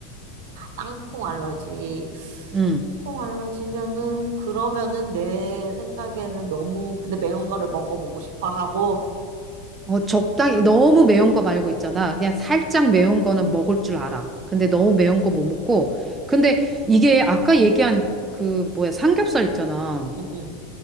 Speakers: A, on the right (about 65°); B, on the right (about 20°).
A: 땅콩 알러지.
B: 음.
A: 콩 알러지면은 그러면은 내 생각에는 너무 근데 매운 거를 먹어보고 싶어 하고
B: 어, 적당히 너무 매운 거 말고 있잖아. 그냥 살짝 매운 거는 먹을 줄 알아. 근데 너무 매운 거 못 먹고. 근데 이게 아까 얘기한 그 뭐야 삼겹살 있잖아.
A: 응응.